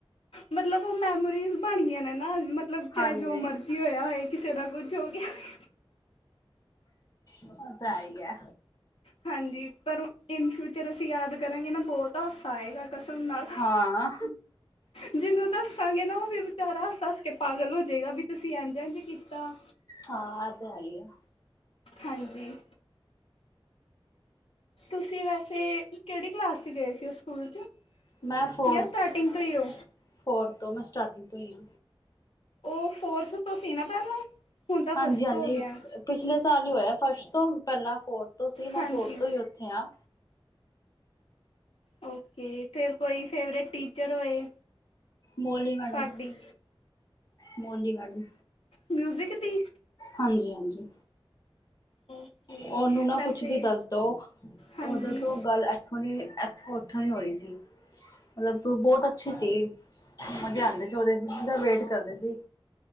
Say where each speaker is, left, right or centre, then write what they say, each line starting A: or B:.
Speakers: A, on the left; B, on the left.
A: ਮਤਲਬ ਉਹ ਮੈਮੋਰੀਜ਼ ਬਣ ਗਈਆਂ ਨੇ ਨਾ ਮ ਮਤਲਬ ਚਾਹੇ
B: ਹਾਂਜੀ
A: ਜੋ ਮਰਜ਼ੀ ਹੋਇਆ ਹੋਏ ਕਿਸੇ ਦਾ ਕੁਝ ਹੋ ਗਿਆ ਏ।
B: ਓ ਤਾਂ ਐ ਈ ਐ।
A: ਹਾਂਜੀ ਪਰ ਓ ਇਨ-ਫਿਊਚਰ ਅਸੀਂ ਯਾਦ ਕਰਾਂਗੇ ਨਾ ਬਹੁਤ ਬਹੁਤ ਹਸਾਏਗਾ ਕਸਮ ਨਾਲ।
B: ਹਾਂ
A: ਜਿਹਨੂੰ ਦੱਸਾਂਗੇ ਨਾ ਉਹ ਵੀ ਵਿਚਾਰਾ ਹੱਸ-ਹੱਸ ਕੇ ਪਾਗਲ ਹੋਜੇਗਾ ਵੀ ਤੁਸੀਂ ਐਝ-ਐਝ ਕੀਤਾ
B: ਹਾਂ ਤੇ ਹੈ ਹੀ ਆ
A: ਹਾਂਜੀ। ਤੁਸੀਂ ਵੈਸੇ ਕੇੜੀ ਕਲਾਸ ਚ ਗਏ ਸੀ ਉਹ ਸਕੂਲ ਚ?
B: ਮੈਂ ਫੋਰਥ-ਫੋਰਥ
A: ਜਾਂ ਸਟਾਰਟਿੰਗ ਤੋਂ ਹੀ ਹੋ
B: ਤੋਂ ਮੈਂ ਸਟਾਰਟਿੰਗ ਤੋਂ ਈ ਆ।
A: ਉਹ ਫੋਰਥ ਤੋਂ ਸੀ ਨਾ ਪਹਿਲਾਂ ਹੁਣ ਤਾਂ ਫਸਟ
B: ਹਾਂਜੀ ਹਾਂਜੀ
A: ਹੋ ਗਿਆ।
B: ਪਿਛਲੇ ਸਾਲ ਈ ਹੋਇਆ ਫਸਟ ਤੋਂ ਪਹਿਲਾਂ ਫੋਰਥ ਤੋਂ ਸੀ ਮੈਂ
A: ਹਾਂਜੀ
B: ਫੋਰਥ ਤੋਂ ਈ ਓਥੇ ਆ।
A: ਓਕੇ ਫੇਰ ਕੋਈ ਫੇਵਰੇਟ ਟੀਚਰ ਹੋਏ?
B: ਮੌਲੀ ਮੈਡਮ
A: ਤੁਹਾਡੀ
B: ਮੌਲੀ ਮੈਡਮ
A: ਮਿਊਜ਼ਿਕ ਦੀ
B: ਹਾਂਜੀ ਹਾਂਜੀ
A: ਓਕੇ
B: ਉਹਨੂੰ ਨਾ
A: ਵੈਸੇ
B: ਕੁਛ ਵੀ ਦੱਸ ਦੋ
A: ਹਾਂਜੀ
B: ਦ ਤੋਂ ਗੱਲ ਹੁੰਨੇ ਉਥੋਂ ਇਥੋਂ ਉੱਥੋਂ ਨ ਹੋਈਏਗ ਮਤਲਬ ਬਹੁਤ ਅੱਛੀ ਸੀ ਮਜ਼ੇ ਆਉਂਦੇ ਸੀ ਉਹਦੇਤ ਵੇਟ ਕਰਦੇ ਸੀ